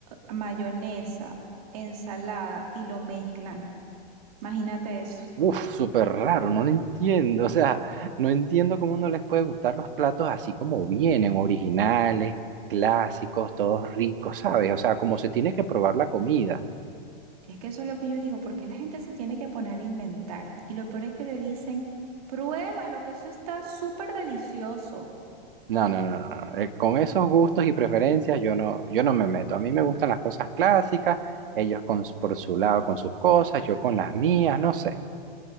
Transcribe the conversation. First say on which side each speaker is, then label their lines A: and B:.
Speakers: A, on the right; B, on the right.
A: a mayonesa, ensalada y lo mezclan. Imagínate eso.
B: Uf, súper raro, no lo entiendo. O sea, no entiendo cómo no les puede gustar los platos así como vienen, originales, clásicos, todos ricos, ¿sabes? O sea, como se tiene que probar la comida.
A: Es que eso es lo que yo digo, porque la gente se tiene que poner a inventar. Y lo peor es que te dicen, pruébalo, que eso está súper delicioso.
B: No, no, no, no. no. Eh, con esos gustos y preferencias yo no, yo no me meto. A mí me gustan las cosas clásicas, ellos con, s- por su lado con sus cosas, yo con las mías, no sé.